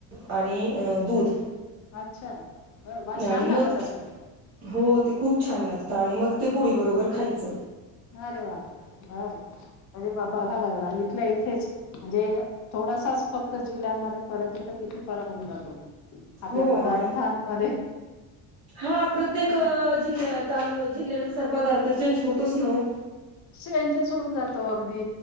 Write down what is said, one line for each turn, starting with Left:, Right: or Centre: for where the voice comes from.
Right: आणि दूध.
Left: अच्छा बर बर.
Right: आणि
Left: छान
Right: मग
Left: लागत असेल.
Right: हो ते खूप छान लागत आणि मग ते पोळी बरोबर खायच.
Left: अरे वा बर अरे बा बघा बर वा इथल्या इथेच. म्हणजे थोडासाच फक्त जिल्ह्यांमध्ये फरक येत तिथती फरक होऊन जातो. आपल्या
Right: हो
Left: पदार्थांमध्ये.
Right: आणि हा प्रत्येक
Left: हो ना
Right: जिल्या ताल जिल्ह्यानुसार पदार्थ चेंज होतोच ना हो.
Left: चेंज च होऊन जातो अगदी.